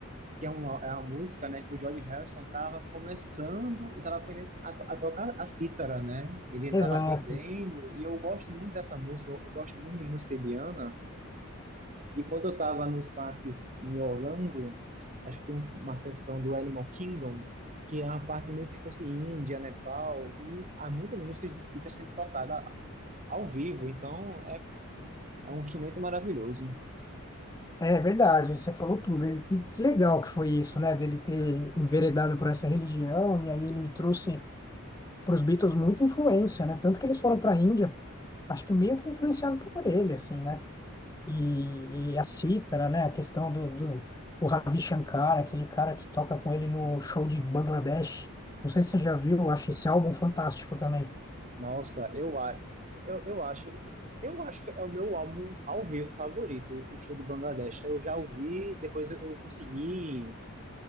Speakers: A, on the right; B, on the left.
A: que é uma, é uma música, né, que o George Harrison estava começando, estava aprendendo a, to- a tocar a cítara, né? Ele ainda
B: exato.
A: estava aprendendo, e eu gosto muito dessa música, eu, eu gosto muito de música indiana. E quando eu estava nos parques em Orlando, acho que tem um- uma sessão do Animal Kingdom, que é uma parte meio que fosse Índia, Nepal, e há muitas músicas de cítara sendo tocada ao vivo, então é É um instrumento maravilhoso.
B: É verdade, você falou tudo. E Que, que legal que foi isso, né? Dele ter enveredado por essa religião, e aí ele trouxe para os Beatles muita influência, né? Tanto que eles foram para a Índia, acho que meio que influenciado por ele, assim, né? E, e a cítara, né? A questão do, do o Ravi Shankar, aquele cara que toca com ele no show de Bangladesh. Não sei se você já viu, eu acho esse álbum fantástico também.
A: Nossa, eu, a- eu, eu acho. Eu acho que é o meu álbum ao vivo favorito, o show de Bangladesh. Eu já ouvi, depois eu, eu consegui,